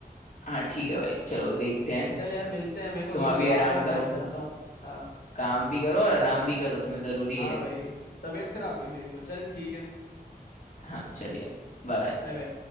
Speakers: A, on the left; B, on the left.
A: हाँ ठीक है भाई चलो देखते हैं
B: चल यार मिलते हैं मेरे को
A: तुम
B: थोड़ा
A: अभी
B: काम
A: आराम
B: है अब
A: करो
B: मैं निकलता
A: हाँ,
B: हूँ हाँ
A: काम भी करो और आराम भी करो तुम्हें ज़रूरी
B: हाँ
A: है
B: भाई तबीयत खराब हो गई मेरी तो चल ठीक है
A: हाँ चलिए बाय
B: Bye bye